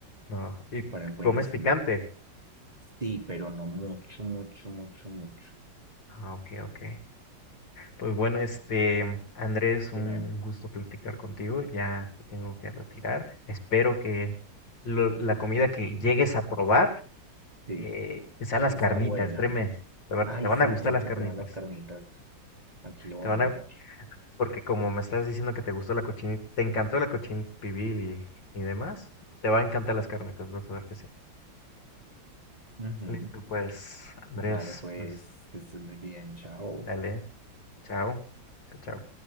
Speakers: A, on the left; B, on the right.
A: ¿no? Y
B: me parecen buenísimas.
A: comes picante.
B: Sí, pero no mucho, mucho, mucho, mucho.
A: Ah, ok, ok. Pues bueno, este, Andrés,
B: Dime,
A: un gusto platicar contigo. Ya me tengo que retirar. Espero que lo- la comida que llegues a probar,
B: sí,
A: eh, que sean las
B: que
A: carnitas,
B: sea buena.
A: créeme, te van,
B: Ay,
A: te van
B: sí,
A: a gustar
B: tengo
A: las
B: que
A: carnitas.
B: probar las carnitas. Aquí lo voy
A: Te van
B: a anotar.
A: a, porque como me estás diciendo que te gustó la cochinita, te encantó la cochinita pibil y, y demás, te va a encantar las carnitas, vas a ver que sí.
B: Ujú.
A: Listo, pues, Andrés,
B: Vale, pues
A: pues,
B: que estés muy bien. Chao.
A: dale, chao, chao, chao.